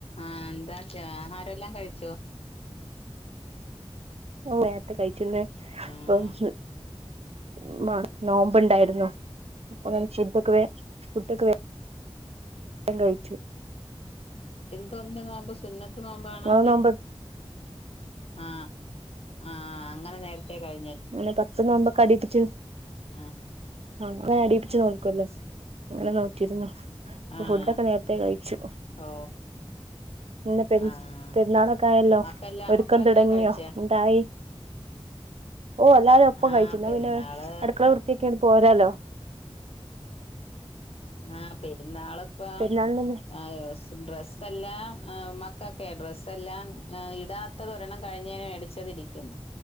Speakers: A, on the left; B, on the right.
A: ആ എന്താക്ക ആഹാരൊല്ലാം കഴിച്ചോ
B: ഓ നേരത്തെ കഴിച്ചന്ന് <unintelligible>
A: ആഹ്
B: നോമ്പുണ്ടായിരുന്നു അപ്പൊ ഫുഡൊക്കെ വേ ഫുഡൊക്കെ വേ വേ കഴിച്ചു
A: എന്ത് <unintelligible> സു ത്തു നോമ്പാണോ
B: ഇങ്ങള്
A: അതെ
B: നോമ്പ്
A: ആ ആ അങ്ങനെ നേരത്തെ കഴി
B: ഇനി പത്ത് നോമ്പൊ കടിപ്പിച്ച്
A: ആ
B: ആഹ് അങ്ങനെ അടിയിപ്പിച്ച് നോക്കൊല്ലോ അങ്ങനെ നോറ്റിരുന്നു
A: ആഹ്
B: ഫുഡൊക്കെ നേരത്തെ കഴിച്ചു
A: ഓ
B: ഇന്നിപ്പെ
A: ആഹ്
B: പെരുന്നാളൊക്കെ ആയല്ലോ
A: മക്കെല്ലാ
B: ഒരുക്കം
A: മക്കളെല്ലാം
B: തുടങ്ങിയോ
A: കഴിച്ചോ
B: എന്തായി ഓ അല്ലാരും ഒപ്പം
A: ആഹ്
B: കഴിച്ചു എന്ന
A: പെരുന്നാള്
B: പിന്നെ അടുക്കള വൃത്തിയാ പോരാലോ
A: ആഹ പെരുന്നാളും ഇപ്പം
B: പെരുന്നാളിന്
A: ഡ്രസ്സ് എല്ലാം മക്കക്കെ ഡ്രസ് എല്ലാം ഇടാത്തത് ഒരെണ്ണം കഴിഞ്ഞതിന് മേടിച്ചതിരിക്കുന്നു